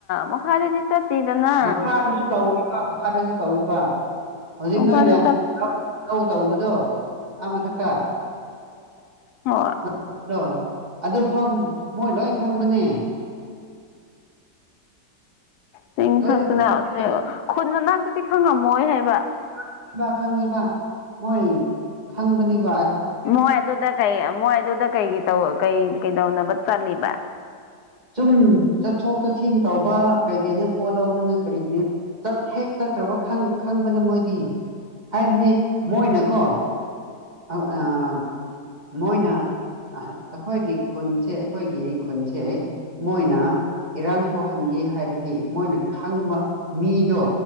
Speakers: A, on the left; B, on the right.
A: ꯃꯈꯥꯗꯗꯤ ꯆꯠꯇꯦꯗꯅ
B: ꯃꯈꯥꯗꯁꯨ ꯇꯧꯔꯤꯕ ꯃꯈꯥꯗꯁꯨ ꯇꯧꯔꯤꯕ ꯍꯧꯖꯤꯛ
A: ꯃꯈꯥꯗ
B: ꯅꯣꯏꯅ
A: ꯆꯠ
B: ꯅꯧ ꯇꯧꯕꯗꯣ ꯑꯥ ꯃꯊꯛꯇꯧ
A: ꯍꯣꯏ
B: ꯇꯧꯕꯗꯣ ꯑꯗꯨ ꯐꯥꯎ ꯃꯣꯏ ꯂꯣꯏ ꯈꯪꯕꯅꯦ
A: ꯆꯤꯡꯊꯛꯇꯅ
B: ꯂꯣꯏꯅ ꯈꯪꯕꯅꯦꯕ
A: ꯍꯧꯖꯤꯛ ꯈꯨꯟ ꯃꯅꯥꯛꯇꯗꯤ ꯈꯪꯉꯝꯃꯣꯏ ꯍꯥꯏꯕ
B: ꯈꯪꯉꯤꯕ ꯈꯪꯉꯤꯕ ꯃꯣꯏ ꯈꯪꯕꯅꯤꯕ
A: ꯃꯣꯏ ꯑꯗꯨꯗ ꯀꯩ ꯃꯣꯏ ꯑꯗꯨꯗ ꯀꯩꯒꯤ ꯀꯩ ꯀꯩꯗꯧꯅꯕ ꯆꯜꯂꯤꯠꯂꯤꯕ
B: ꯁꯨꯝ ꯆꯠꯊꯣꯛ ꯆꯠꯁꯤꯟ ꯇꯧꯕ ꯀꯩ ꯀꯔꯤꯅꯦ ꯄꯣꯠ ꯂꯧꯅꯤꯡꯉꯥꯏ ꯀꯔꯤ ꯀꯔꯤ ꯍꯦꯛꯇ ꯆꯠꯈ꯭ꯔꯕ ꯈꯪꯕꯅꯦ ꯃꯣꯏꯗꯤ ꯍꯥꯏꯕꯗꯤ ꯃꯣꯏꯅꯀꯣ ꯑꯧ ꯑꯥ ꯃꯣꯏꯅ ꯑꯩꯈꯣꯏꯒꯤ ꯈꯨꯟꯁꯦ ꯑꯩꯈꯣꯏꯒꯤ ꯈꯨꯟꯁꯦ ꯃꯣꯏꯅ ꯏꯔꯥꯡ ꯊꯣꯛꯍꯟꯒꯦ ꯍꯥꯏꯔꯗꯤ ꯃꯣꯏꯅ ꯈꯪꯕ ꯃꯤꯗꯣ